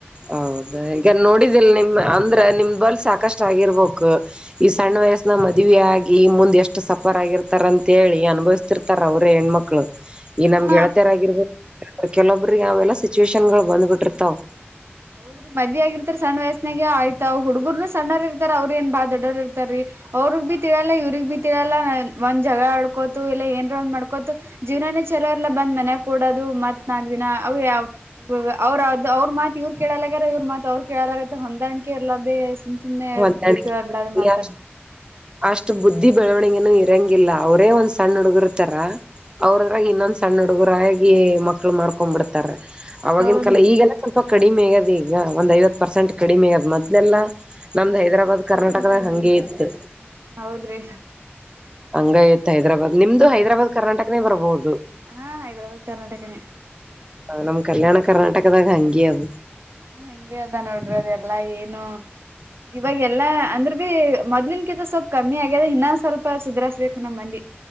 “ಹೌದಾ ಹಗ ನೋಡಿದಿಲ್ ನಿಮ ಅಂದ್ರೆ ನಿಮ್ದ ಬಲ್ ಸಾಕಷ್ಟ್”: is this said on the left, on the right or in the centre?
Right